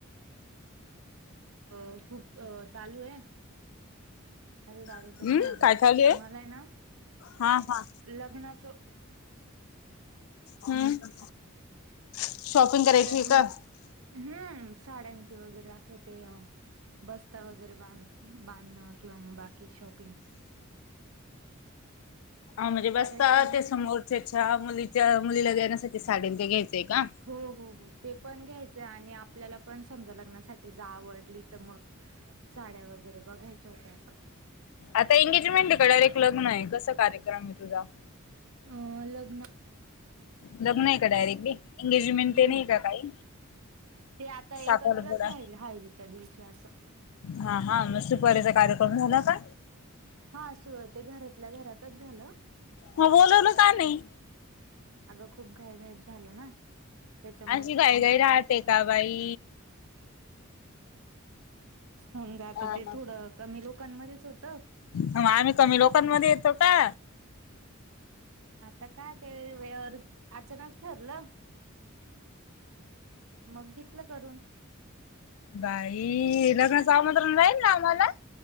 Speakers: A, on the right; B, on the left.
A: अ खूप चालू आहे आ दा
B: हम्म काय चालूये
A: मला ना
B: हा हा
A: लगनाच.
B: हम्म शॉपिंग करायची
A: तर म
B: का अ
A: हम्म, साड्यांची वगैरे, असं ते, बस्ता वगैरे बांध बांधण. किंवा मग, बाकी शॉपिंग.
B: हा म्हणजे
A: करायची
B: बस्ता
A: आहे.
B: ते समोरच्याच्या मुलीच्या मुलीला देण्यासाठी, साडीन ते घ्यायचंय का?
A: हो हो हो, ते पण घ्यायचंय, आणि आपल्याला पण समजा लग्नासाठी, ज आवडली त मग. साड्या वगैरे बघायच्या होत्या असं.
B: आता एंगेजमेंट का? लग्नये, कस कार्यक्रमे तुझा?
A: अ लग्न.
B: लग्नय का डायरेक्टली, एंगेजमेंट
A: हम्म
B: ते नाही का काही?
A: ते आता एकत्रच
B: साखरपुडा
A: राहिल, हळवीच्या दिवशी असं.
B: हा हा, म सुपारीचा कार्यक्रम झाला का?
A: हा, सु ते, घरातल्या घरातच झालं.
B: म बोलवल का नाही.
A: अगं खूप घाई घाईत झालं ना. त्याच्यामुळे
B: अशी
A: काही
B: घाईघाई राहते का बाई.
A: होउन जात,
B: मग
A: ते थोडं कमी लोकांमध्येच होत.
B: म आम्ही कमी लोकांमध्ये येतो का?
A: आता काय ते, वेळ अचानक ठरलं. मग घेतलं करून.
B: बाई, लग्नाच आमंत्रण राहील ना, आम्हाला.